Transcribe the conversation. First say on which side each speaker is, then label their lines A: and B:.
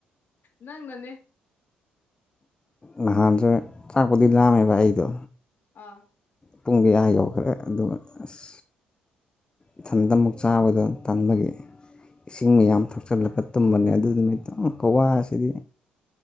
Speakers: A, on the left (about 55°); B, on the left (about 20°).
A: ꯅꯪ ꯅꯅꯦ
B: ꯅꯍꯥꯟꯖꯨ ꯆꯥꯛꯄꯨꯗꯤ ꯂꯥꯝꯃꯦꯕ ꯑꯩꯗꯣ
A: ꯑꯥ
B: ꯄꯨꯡ ꯗꯤ ꯑꯥ ꯌꯧꯈ꯭ꯔꯦ ꯑꯗꯨꯒ ꯑꯁ ꯏꯊꯟꯗ ꯑꯃꯨꯛ ꯆꯥꯕꯗꯣ ꯇꯟꯕꯒꯤ ꯏꯁꯤꯡ ꯃꯌꯥꯝ ꯊꯛꯆꯜꯂꯒ ꯇꯨꯝꯕꯅꯦ ꯑꯗꯨ ꯅꯨꯃꯤꯠ ꯇ‌ꯣ ꯎꯝ ꯈꯨꯋꯥ ꯁꯤꯗꯤ